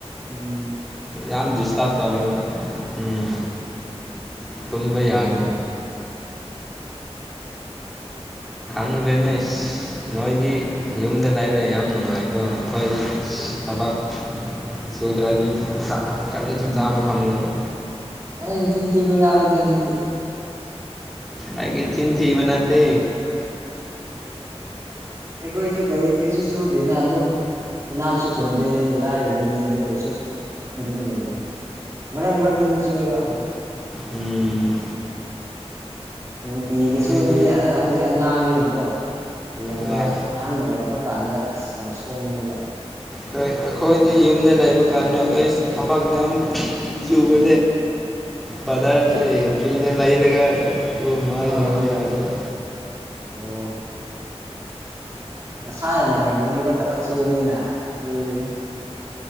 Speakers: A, on the right; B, in the centre.
A: ꯎꯝ
B: ꯌꯥꯝ ꯗꯤꯁꯇꯥꯔꯕ ꯇꯧꯋꯦꯕ ꯎꯝ ꯇꯨꯝꯝꯕ ꯌꯥꯗꯦ
A: ꯎꯝ
B: ꯈꯪꯗꯦꯅꯦ ꯅꯣꯏꯗꯤ ꯌꯨꯝꯗ ꯂꯥꯏꯔꯛ ꯌꯥꯝ ꯅꯨꯡꯉꯥꯏꯀꯣ ꯑꯩꯈꯣꯏꯒꯤ ꯊꯕꯛ ꯁꯨꯗ꯭ꯔꯗꯤ ꯀꯔꯤꯁꯨ
A: ꯎꯝ
B: ꯆꯥꯕ ꯐꯪꯗꯦꯕ
A: ꯑꯩ ꯆꯤꯟ ꯊꯤꯕ ꯌꯥꯎꯔꯣꯏꯗ ꯑꯗꯨꯗꯤ
B: ꯑꯩꯒꯤ ꯆꯤꯟ ꯊꯤꯕ ꯅꯠꯇꯦ
A: ꯑꯩ ꯀꯣꯏꯁꯨ ꯀꯩ ꯀꯩꯁꯨ ꯁꯨꯗꯦꯅ ꯑ ꯑꯗꯨ ꯏꯅꯥꯛꯁꯨ ꯈꯨꯟꯗꯦ ꯂꯥꯏꯔꯕꯅꯤ ꯑꯗꯨ ꯑꯣꯏꯔꯁꯨ ꯑꯗꯨꯝ ꯂꯩꯅ ꯃꯔꯛ ꯃꯔꯛꯇꯗꯤ ꯁꯨꯑꯕꯠꯂꯣ
B: ꯎꯝ
A: ꯅꯨꯡꯇꯤꯒꯤ
B: ꯅꯣꯏꯗꯤ
A: ꯁꯨꯔꯗꯤ ꯑ ꯍꯧꯖꯤꯛ ꯑꯉꯥꯡꯅꯦꯅꯀꯣ ꯍꯌꯦꯡꯋꯥꯏ
B: ꯍꯣꯏ
A: ꯑꯍꯥꯟꯕ ꯑꯣꯏꯔꯛꯄ ꯀꯥꯟꯗ ꯑꯁ ꯌꯥꯝ ꯁꯣꯟꯒꯅꯦꯕ
B: ꯍꯣꯏ ꯑꯩꯈꯣꯏꯗꯤ ꯌꯨꯝꯗ ꯂꯩꯕ ꯀꯥꯟꯅꯣ ꯑꯩ ꯊꯕꯥꯛ ꯌꯥꯝ
A: ꯎꯝ
B: ꯆꯨꯕ ꯄꯗ ꯐꯔꯤꯅꯦ ꯂꯥꯏꯔꯦꯒ ꯑꯣ ꯃꯥ
A: ꯑꯥ
B: ꯌꯦꯡꯕ ꯌꯥꯗꯦꯔ
A: ꯑꯣ ꯅꯁꯥ ꯌꯥꯝ ꯐꯔꯝꯒꯅꯤꯀꯣ ꯊꯕꯛ ꯁꯨꯕꯅꯤꯅ ꯑꯦ